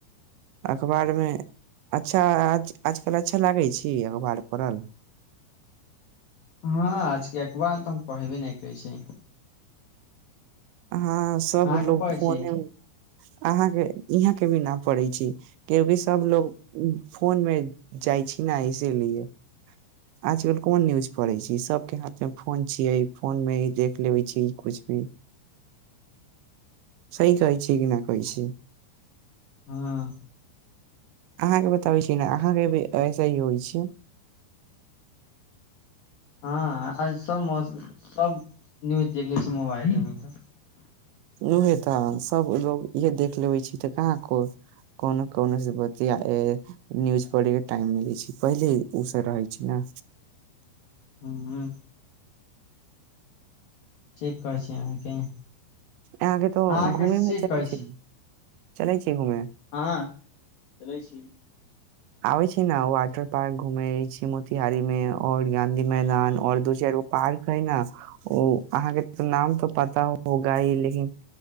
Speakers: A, on the right; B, on the left.
A: अखबारमे अच्छा आजकल अच्छा लागै छै अखबार पड़ल
B: हँ आजके अखबार तऽ हम पढ़बे नहि करै छी
A: हँ सब
B: अहाँके
A: लोग
B: पढ़ै
A: फोने
B: छी
A: मे अहाँके इहाँ के भी न पढ़ै छी क्यकि सभलोग फोन मे जाइ छी न इसीलिए आजकल कोन न्यूज पढ़ै छी सभके हाथ मे फोन छियै फोन मे देख लेबै छी कुछ भी सही कहै छी कि नहि कहै छी
B: हँ
A: अहाँके बताबै छी ने अहाँके भी ऐसे ही होइ छै
B: हँ आ सभ मौ सभ न्यूज देख लै छै मोबाइलेमे तऽ
A: उहे तऽ सबलोग इएह देख लेबै छी तऽ कहाँ को कोनो कोनोसँ बतिया न्यूज पढ़यके टाइम मिलै छै पहिले ओसभ रहै छै ने
B: हँ चेक करै छी अहाँके
A: आहां तऽ
B: अहाँके
A: घुममे
B: से
A: चाह
B: कहै
A: छी चलै छी कि घुमै
B: हँ चलै छी
A: आबै छै ने वाटर पार्क घूमे छै मोतिहारी मे और गाँधी मैदान और दू चारि गो पार्क है ने ओ अहाँके नाम तऽ पता होगा हि लेकिन